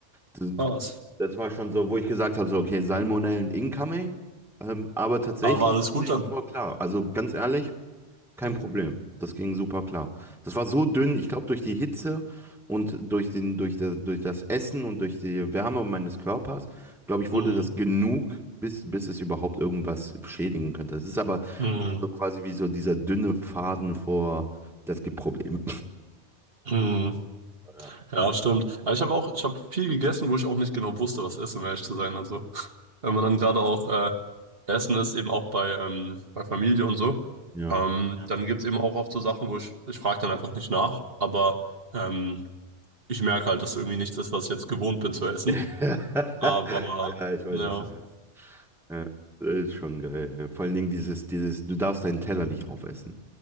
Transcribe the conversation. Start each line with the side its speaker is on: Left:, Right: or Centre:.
Centre: das,
Right: Krass.
Centre: das war schon so, wo ich gesagt habe, so, okay, Salmonellen incoming, ähm, aber tatsächlich
Right: Aber war alles
Centre: ging
Right: gut
Centre: das
Right: dann?
Centre: voll klar. Also ganz ehrlich, kein
Right: Mhm.
Centre: Problem. Das ging super klar. Das war so dünn, ich glaube, durch die Hitze und durch den, durch der, durch das Essen und durch die Wärme meines Körpers, glaube ich, wurde
Right: Mhm.
Centre: das genug, bis, bis es überhaupt irgendwas schädigen könnte. Es ist aber
Right: Mhm.
Centre: so quasi wie so dieser dünne Faden vor, das gibt Probleme.
Right: Mhm.
Centre: Ja,
Right: Ja, stimmt. Ja, ich habe auch, ich habe viel gegessen, wo ich auch nicht genau wusste, was esse, um ehrlich zu sein. Also, <laughs> wenn man dann gerade auch äh, essen ist, eben auch bei, ähm, bei Familie und so,
Centre: Ja.
Right: ähm, Ja. dann gibt's eben auch oft so Sachen, wo ich, ich frage dann einfach nicht nach, aber ähm, ich merke halt, dass irgendwie nichts ist, was ich jetzt gewohnt bin zu essen.
Centre: <laughs> ja
Right: Aber
Centre: ich weiß,
Right: ja,
Centre: was du meinst. Ja, das ist schon geil. Vor allen Dingen dieses, dieses, du darfst deinen Teller nicht aufessen.